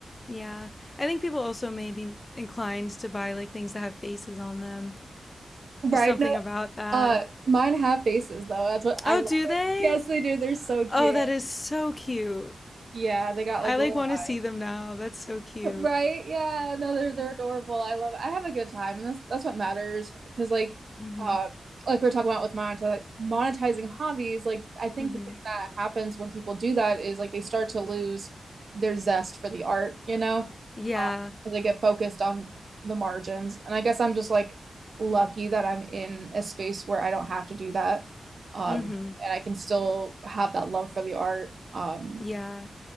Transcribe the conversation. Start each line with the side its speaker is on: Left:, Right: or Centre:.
Left: Yeah. I think people also may be inclined to buy like things that have faces on them.
Right: Right?
Left: There's something
Right: No,
Left: about that.
Right: uh mine have faces though. That's what I
Left: Oh,
Right: love
Left: do
Right: it.
Left: they?
Right: Yes, they do. They're so cute.
Left: Oh, that is so cute.
Right: Yeah, they got like
Left: I
Right: little
Left: like want
Right: eyes.
Left: to see them now. That's so cute.
Right: Right?
Left: <laughs>
Right: Yeah. No, they're they're adorable. I love it. I have a good time, and that's that's what matters. Because like,
Left: Mm-hmm.
Right: um, like we're talking about with monetize, monetizing hobbies, like I think
Left: Mm-hmm.
Right: the thing that happens when people do that is like they start to lose their zest for the art, you know,
Left: Yeah.
Right: Uh, 'cause they get focused on the margins. And I guess I'm just like lucky that I'm in a space where I don't have to do that, um,
Left: Mm-hmm.
Right: and I can still have that love for the art. Um,
Left: Yeah.